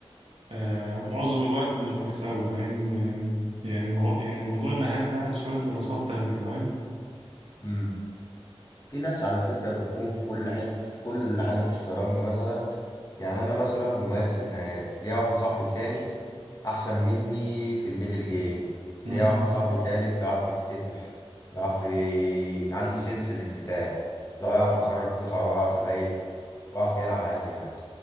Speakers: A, on the right (about 75°); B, on the left (about 35°).
A: آه، معظم الوقت مش بكسبه لأن آه، يعني مو يعني موضوع النهايات ده عايز شوية دراسات تانية فاهم؟
B: امم في ناس على فكرة بتكون في كل حتة في كل حاجة في الشطرنج مثلا يعني أنا مثلا مميز في النهايات ليا واحد صاحبي تاني أحسن مني في الميدل جيم ليا
A: مم.
B: واحد صاحبي تالت بيعرف يفتتح بيعرف ي- عنده سنس الافتتاح لو يعرف يخرج قطع ويعرف يبيت ويعرف يلعب عادي يعني